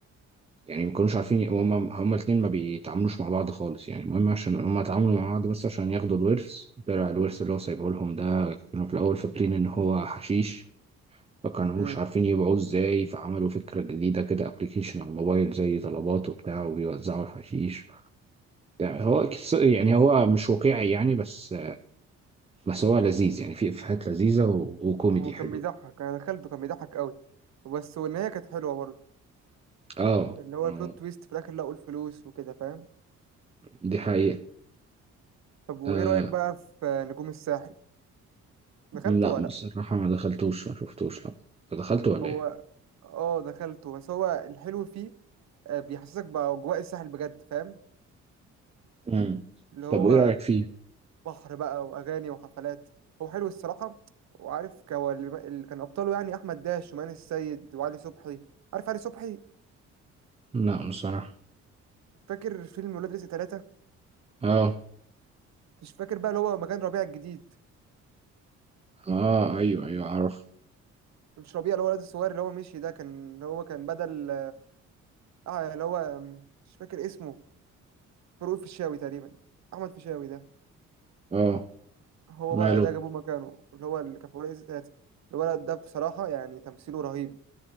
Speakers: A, on the right; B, on the right.
A: يعني ما كانوش عارفين ي- هما هما الاتنين ما بيتعاملوش مع بعض خالص يعني المهم عشان هما اتعاملوا مع بعض بس عشان ياخدوا الورث طلع الورث اللي هو سايبه لهم ده كانوا في الاول فاكرين ان هو حشيش فكانوش
B: امم
A: عارفين يبيعوه ازاي فعملوا فكرة جديدة كده ابلكيشن على الموبايل زي طلبات وبتاع وبيوزعوا الحشيش ده هو كس- يعني هو مش واقعي يعني بس بس هو لذيذ يعني في إفيهات لذيذة و- وكوميدي
B: هو كان
A: حلو
B: بيضحك انا دخلته كان بيضحك قوي بس والنهايه كانت حلوه برضه
A: اه
B: اللي هو
A: آه،
B: البلوت تويست في الاخر لقوا الفلوس وكده فاهم
A: دي حقيقة
B: طب وايه
A: آه
B: رأيك بقى في نجوم الساحل دخلته
A: لا
B: ولا
A: بصراحة
B: لأ؟
A: ما دخلتوش ما شفتوش لا انت دخلته ولا
B: هو
A: ايه؟
B: اه دخلته بس هو الحلو فيه آه، بيحسسك بأجواء الساحل بجد فاهم
A: مم.
B: اللي هو
A: طب وايه رأيك فيه؟
B: بحر بقى وأغاني وحفلات هو حلو الصراحة وعارف ك- هو اللي اللي كان أبطاله يعني أحمد داش ومان السيد وعلي صبحي عارف علي صبحي
A: لا بصراحة
B: فاكر فيلم ولاد رزق ثلاثة
A: اه
B: مش فاكر بقى اللي هو مكان ربيع الجديد
A: اه ايوه ايوه اعرف
B: مش ربيع اللي هو الواد الصغير اللي هو مشي ده كان اللي هو كان بدل آه اللي هو مم، مش فاكر اسمه فاروق الفيشاوي تقريبا أحمد فيشاوي ده
A: اه
B: هو بقى
A: ماله
B: ده جابوه مكانه اللي هو اللي كان في ورقة ستات الولد ده بصراحة يعني تمثيله رهيب